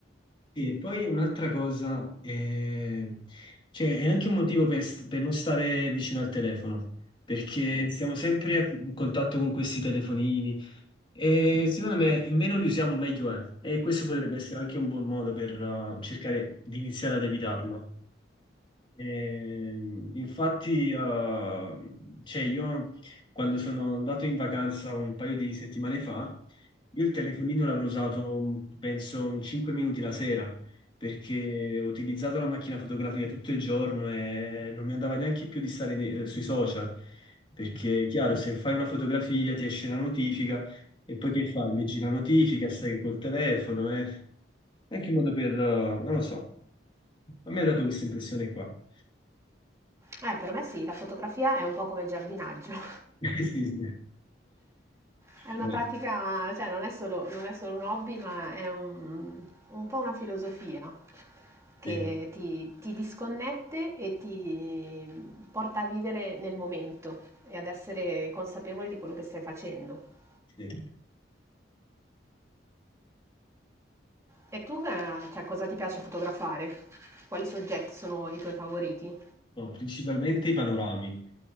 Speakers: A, on the left (about 30°); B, on the right (about 15°).
A: Sì, poi un'altra cosa, eh, cioè, è anche un motivo per, st- per non stare vicino al telefono, perché siamo sempre a- in contatto con questi telefonini e secondo me meno li usiamo meglio è, e questo potrebbe essere anche un buon modo per eh, cercare di iniziare ad evitarlo. Eh, infatti, eh, cioè io quando sono andato in vacanza un paio di settimane fa, io il telefonino l'avrò usato mm, penso 5 minuti la sera perché ho utilizzato la macchina fotografica tutto il giorno e non mi andava neanche più di stare ne- eh, sui social perché, chiaro, se fai una fotografia ti esce la notifica e poi che fai? Leggi la notifica, stai col telefono, eh? È anche un modo per... eh, non lo so. A me ha dato questa impressione qua.
B: Eh, per me sì, la fotografia è un po' come il giardinaggio. <laughs>
A: <laughs> Sì, sì.
B: È una
A: Eh,
B: pratica, cioè non è solo, non è solo un hobby, ma è un, un po' una filosofia che
A: sì,
B: ti, ti disconnette e ti porta a vivere nel momento e ad essere consapevole di quello che stai facendo.
A: sì.
B: E tu, eh, cioè, cosa ti piace fotografare? Quali soggetti sono i tuoi favoriti?
A: No, principalmente i panorami.